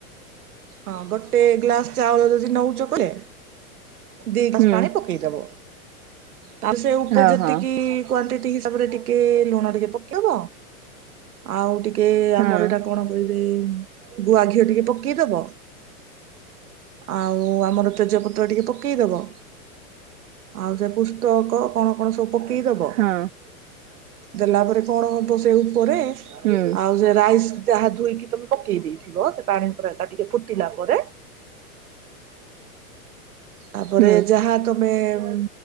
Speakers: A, on the right; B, on the right.
A: ହଁ ଗୋଟେ ଗ୍ଲାସ୍ ଚାଉଳ ଯଦି ନେଉଛ କେ ଦି ଗସା
B: ହୁଁ
A: ପାଣି ପକେଇଦବ ତା ସେ ଉପରେ
B: ହଁ
A: ଯେତିକି
B: ହଁ
A: କ୍ଵାଣ୍ଟିଟି ହିସାବରେ ଟିକେ ଲୁଣ ଟିକେ ପକେଇଦବ। ଆଉ ଟିକେ
B: ହଁ
A: ଆମର ଏଇଟା କଣ କହିବେ ଗୁଆ ଘିଅ ଟିକେ ପକେଇଦବ ଆଉ ଆମର ତେଜପତ୍ର ଟିକେ ପ ପକେଇଦବ ଆଉ ସେ ପୁସ୍ତକ କଣ କଣ ସବୁ ପକେଇଦବ।
B: ହଁ।
A: ଦେଲା ପରେ କଣ ହବ ସେ ଉପରେ
B: ହୁଁ
A: ଆଉ ସେ ରାଇସ ଯାହା ଧୋଇକି ତମେ ପକେଇ ଦେଇଥିବ ସେ ପାଣି ପରାଟା ଟିକେ ଫୁଟିଲା ପରେ ତାପରେ
B: ହୁଁ
A: ଯାହା ତମ ଆମେ